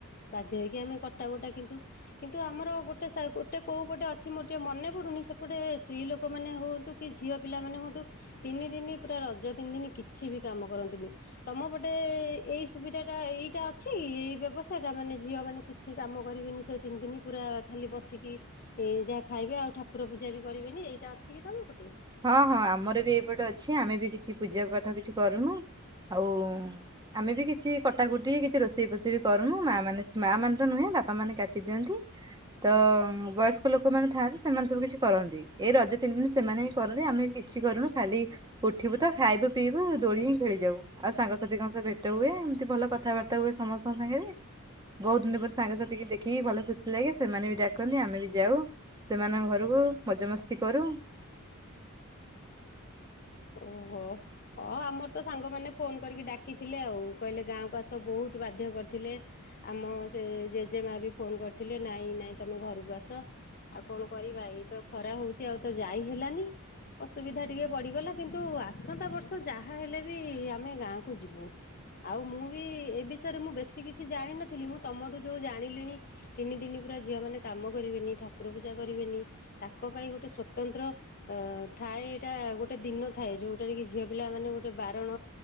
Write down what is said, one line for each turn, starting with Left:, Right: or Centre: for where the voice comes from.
Left: ବାଧ୍ୟ ହେଇକି ଆମେ କଟା ବଟା କିନ୍ତୁ କିନ୍ତୁ ଆମର ଗୋଟେ ଗୋଟେ କୋଉ ପଟେ ଅଛି ମୋ ଟିକେ ମନେ ପଡୁନି ସେପଟେ ସ୍ତ୍ରୀ ଲୋକମାନୋନେ ହୁଅନ୍ତୁ କି ଝିଅ ପିଲା ମାନେ ହୁଅନ୍ତୁ ତିନି ଦିନି ପୁରା ରଜ ତିନି ଦିନ କିଛି ବି କାମ କରନ୍ତିୁନି ତମ ପଟେ ଏଇ ସୁବିଧା ଟା ଏଇଟା ଅଛି ଏଇ ବ୍ୟବସ୍ଥା ଟା ମାନେ ଝିଅ ମାନେ କିଛି କାମ କରିବେନି ସେ ତିନି ଦିନ ପୁରା ଖାଲି ବସିକି ଏ ଯା ଖାଇବେ ଆଉ ଠାକୁର ପୂଜା ବି କରିବେନି ଏଇଟା ଅଛି କି ତମ ପଟେ?
Right: ହଁ ହଁ ଆମର ବି ଏଇପଟେ ଅଛି ଆମେ ବି କିଛି ପୂଜା ପାଠ କିଛି କରୁନୁ ଆଉ ଆମେ ବି କିଛି କଟାକୁଟି କିଛି ରୋଷେଇ ଫୋଷେଇ ବି କରୁନୁ ମା ମାନେ ମା ମାନେ ତ ନୁହେଁ ବାପା ମାନେ କାଟିଦିଅନ୍ତି ତ ବୟସ୍କ ଲୋକମାନୋନେ ଥାଆନ୍ତି ସେମାନେ ସବୁ କିଛି କରନ୍ତି ଏଇ ରଜ ତିନି ଦିନ ସେମାନେ କରନି ଆମେ ବି କିଛି କରୁନୁ ଖାଲି ଉଠିବୁ ତ ଖାଇବୁ ପିଇବୁ ଦୋଳି ହି ଖେଳି ଯାଉ ଆଉ ସାଙ୍ଗସାଥିୀଙ୍କ ସହ ଭେଟ ହୁଏ ଏମିତି ଭଲ କଥାବାର୍ତ୍ତା ହୁଏ ସମସ୍ତଙ୍କ ସାଙ୍ଗରେ ବହୁତ ଦିନ ପରେ ସାଙ୍ଗସାଥିୀ ଦେଖିକି ଭଲ ଖୁସି ଲାଗେ ସେମାନେ ବି ଡାକନ୍ତି ଆମେ ବି ଯାଉ ସେମାନଙ୍କ ଘରକୁ ମଜା ମସ୍ତି କରୁ।
Left: ଓହୋ ହ ଆମର ତ ସାଙ୍ଗମାନେ ଫୋନ କରିକି ଡାକିଥିଲେ ଆଉ କହିଲେ ଗାଁକୁ ଆସ ବହୁତ ବାଧ୍ୟ କରିଥିଲେ ଆମ ସେ ଜେଜେମା ବି ଫୋନ କରିଥିଲେ ନାଇଁ ନାଇଁ ତମେ ଘରକୁ ଆସ ଆଉ କଣ କରିବା ଏଇ ତ ଖରା ହଉଛି ଆଉ ତ ଯାଇ ହେଲାନି ଅସୁବିଧା ଟିକେ ପଡ଼ିଗଲା। କିନ୍ତୁ ଆସନ୍ତା ବର୍ଷ ଯାହା ହେଲେ ବି ଆମେ ଗାଁକୁ ଯିବୁ ଆଉ ମୁଁ ବି ଏ ବିଷୟରେ ମୁଁ ବେଶୀ କିଛି ଜାଣିନଥିଲି ମୁଁ ତମଠୁ ଯୋଉ ଜାଣିଲିଣି ତିନି ଦିନ ପୁରା ଝିଅ ମାନେ କାମ କରିବେନି ଠାକୁର ପୂଜା କରିବେନି ତାଙ୍କ ପାଇଁ ଗୋଟେ ସ୍ଵତନ୍ତ୍ର ଥାଏ ଏଇଟା ଗୋଟେ ଦିନ। ଥାଏ ଯୋଉଟାରେ କି ଝିଅ ପିଲା ମାନେ ଗୋଟେ ବାରଣ